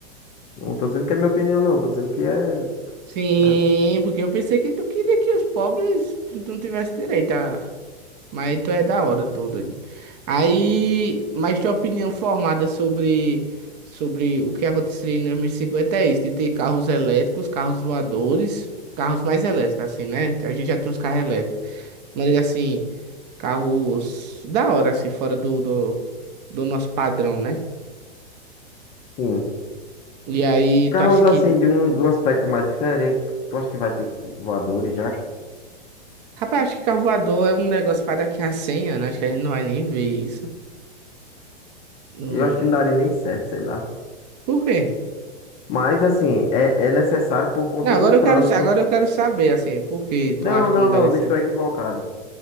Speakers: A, on the left; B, on the right.
A: Não tô dizendo que é minha opinião, não. Tô dizendo que é...
B: Sim,
A: é,
B: porque eu pensei que tu queria que os pobres tu não tivesse direito a. Mas tu é da hora todo. Aí, mas tua opinião formada sobre, sobre o que aconteceria em 2050 é isso, de ter carros elétricos, carros voadores, carros mais elétricos, assim, né? A gente já tem uns carros elétricos. Mas assim, carros da hora, assim, fora do, do, do nosso padrão, né?
A: Sim.
B: E aí,
A: Carros,
B: tu acha
A: assim,
B: que.
A: de um, de um aspecto mais diferente. Tu acha que vai ter voadores já?
B: Rapaz, acho que carro voador é um negócio para daqui a 100 anos. Acho que a gente não vai nem ver isso. Não...
A: Eu acho que não daria nem certo, sei lá.
B: Por quê?
A: Mas, assim, é, é necessário por conta
B: Não, agora
A: do trânsito.
B: eu quero, sa- agora eu quero saber, assim, por que tu
A: Não,
B: acha
A: não,
B: que não
A: não.
B: daria
A: deixa
B: certo?
A: eu Estou equivocado.